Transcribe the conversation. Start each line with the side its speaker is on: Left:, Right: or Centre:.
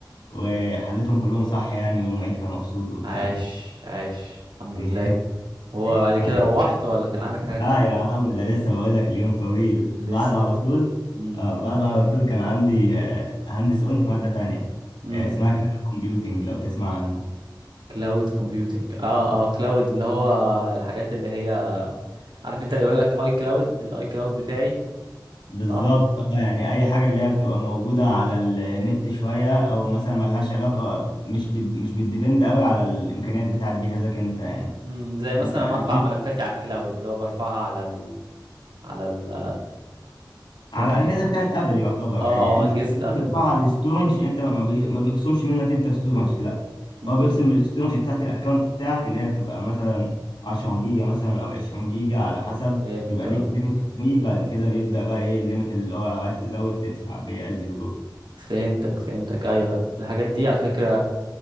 Left: وحلتهم كلهم صح يعني والمعيد كان مبسوط وبتاع
Right: عاش عاش الحمد
Left: <laughs>
Right: لله هو بعد كده
Left: بعد
Right: روحت
Left: كده
Right: ولا كان عندك حاجة تاني
Left: لا يا عم ده لسه بقول لك اليوم طويل
Right: لسه
Left: بعده على طول
Right: امم
Left: اه بعده على طول كان عندي آه، هندس اون في مادة تانية
Right: امم
Left: آه، اسمها كلاود كومبيوتنج لو تسمع عنها
Right: كلاود كومبيوتنج اه اه كلاود اللي هو الحاجات اللي هي عارف انت اللي يقول لك اي كلاود الاي كلاود بتاعي
Left: بالظبط
Right: صح
Left: اه يعني اي حاجه اللي هي بتبقى موجوده على النت شويه او مثلا ملهاش علاقه مش دي مش بتديبند قوي على الامكانيات بتاعه جهازك انت يعني
Right: امم زي مثلا
Left: انت الأي-
Right: لما ارفع ملفاتي على الكلاود اللي هو برفعها على ال... على ال... في
Left: على
Right: مكان
Left: الاجهزه بتاعه ابل يعتبر
Right: اه
Left: يعني
Right: او
Left: انت
Right: اجهزة
Left: ممكن
Right: ابل
Left: ترفعها
Right: مثلا
Left: على الاستورج انت ما بي- ما بيخصمش منك انت ستورج لا
Right: امم
Left: هو بيخصم من الاستورج بتاعه الاكونت بتاعك اللي هي بتبقى مثلا 10 جيجا مثلا او 20 جيجا على حسب
Right: فهمت
Left: بيبقى
Right: آه.
Left: ليك ليميت فري بعد كده بيبدا بقى ايه الليميت اللي هو لو عايز تزود تدفع بيه از يو
Right: فهمتك فهمتك ايوه الحاجات دي على فكرة